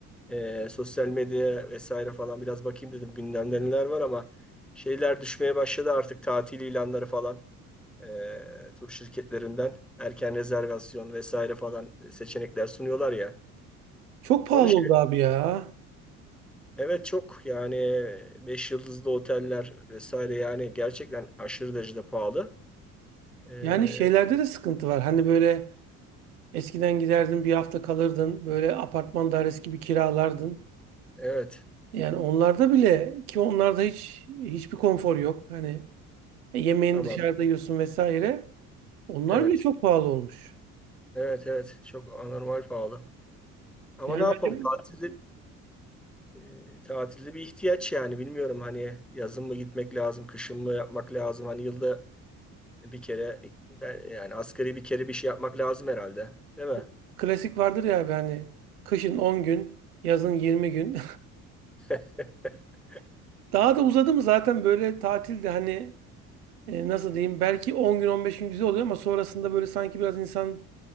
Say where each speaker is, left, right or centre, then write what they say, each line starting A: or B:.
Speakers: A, in the centre; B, on the right.
A: Ee, sosyal medya vesaire falan biraz bakayım dedim. Gündemde neler var ama şeyler düşmeye başladı artık tatil ilanları falan. Ee, tur şirketlerinden erken rezervasyon vesaire falan seçenekler sunuyorlar ya.
B: Çok pahalı
A: Onu şey
B: oldu abi ya.
A: evet çok yani 5 yıldızlı oteller vesaire yani gerçekten aşırı derecede pahalı. Ee,
B: Yani şeylerde de sıkıntı var. Hani böyle eskiden giderdin bir hafta kalırdın. Böyle apartman dairesi gibi kiralardın.
A: Evet.
B: Yani onlarda bile ki onlarda hiç hiçbir konfor yok. Hani e, yemeğini
A: Tamam.
B: dışarıda yiyorsun vesaire. Onlar
A: Evet.
B: bile çok pahalı olmuş.
A: Evet evet. Çok anormal pahalı. Ama
B: Yani
A: ne yapalım?
B: acaba
A: Tatilde, e, tatilde bir ihtiyaç yani. Bilmiyorum hani yazın mı gitmek lazım, kışın mı yapmak lazım? Hani yılda bir kere ben, yani asgari bir kere bir şey yapmak lazım herhalde. Değil mi?
B: Bu klasik vardır ya abi hani kışın 10 gün, yazın 20 gün.
A: <laughs>
B: <laughs> Daha da uzadı mı zaten böyle tatilde hani e, nasıl diyeyim belki 10 gün 15 gün güzel oluyor ama sonrasında böyle sanki biraz insan